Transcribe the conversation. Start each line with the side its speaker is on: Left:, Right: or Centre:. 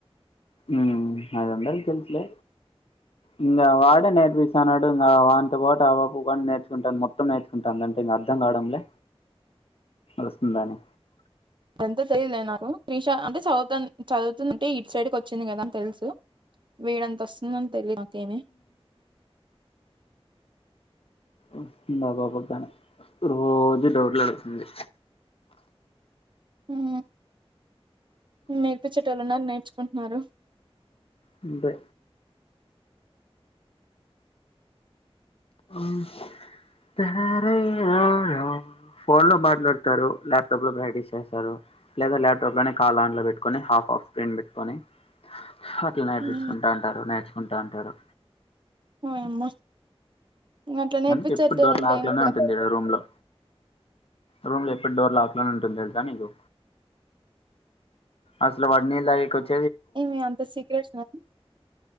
Left: మ్ అది అందరికీ తెలుసులే. ఇంగ వాడే నేర్పిస్తాన్నాడు. ఇంగ వానితో పాటు ఆ పాప కానీ నేర్చుకుంటె మొత్తం నేర్చుకుంటాందన్ అంటే ఇంకా అర్థం కావడంలే, వస్తుందని?
Right: అదంతా తెలియదులే నాకు. త్రిష అంటే చదువుతంద్, చదువుతుందంటె, ఇట్ సైడ్కి వచ్చింది కదా అని తెలుసు. వీడంత వస్తుందని తెలిదు. నాకేమి.
Left: వస్తుంది ఆ పాపకి గానీ. రోజు డౌట్లడుగుతుంది.
Right: మ్ నేర్పించేటోల్ ఉన్నారు. నేర్చుకుంటున్నారు.
Left: అంతె మ్. తరారే రారా ఫోన్ లో మాట్లాడతారు. ల్యాప్టాప్ లో ప్రాక్టీస్ చేస్తారు. లేదా ల్యాప్టాప్ లోనే కాల్ ఆన్ లో పెట్టుకొని, హ హాఫ్ హాఫ్ స్క్రీన్ పెట్టుకొని, హట్ల నేర్పించుకుంటాంటారు.
Right: మ్మ్
Left: నేర్చుకుంటాంటారు.
Right: ఓ యమ్మ. ఇంగ అట్ల నేర్పించేత్తారంటే
Left: అందుకే ఎప్పుడు డోర్ లాక్
Right: ఏముందిరా
Left: లోనే ఉంటుంది ఈడ రూమ్ లో రూమ్ లో ఎప్పుడు డోర్ లాక్ లోనె ఉంటుంది. తెల్సా నీకు? అసలు వాడ్ నీళ్లు తాగేకి వచ్చి
Right: ఏమి అంత సీక్రెట్స్ ఆ